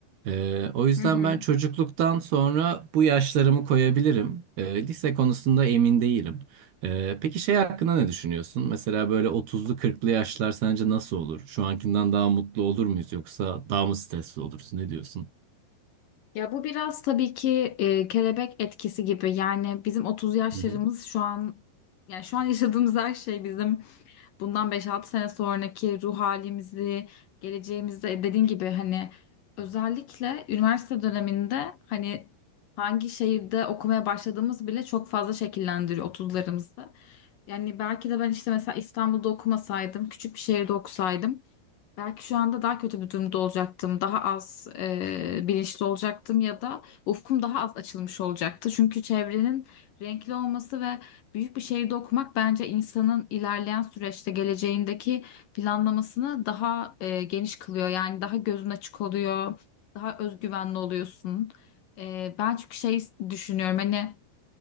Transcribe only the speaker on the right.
Ee, o yüzden
ben çocukluktan sonra bu yaşlarımı koyabilirim. Ee, lise konusunda emin değilim. Ee, peki şey hakkında ne düşünüyorsun? Mesela böyle otuzlu, kırklı yaşlar sence nasıl olur? Şu ankinden daha mutlu olur muyuz yoksa daha mı stresli oluruz? Ne diyorsun?
Hı hı.